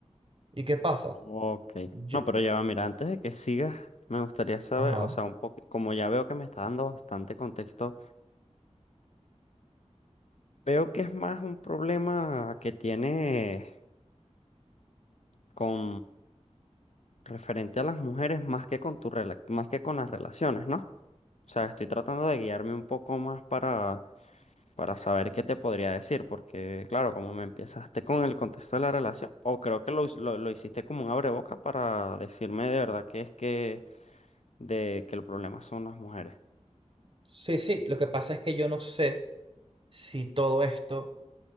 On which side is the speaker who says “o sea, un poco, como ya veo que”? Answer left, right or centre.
Left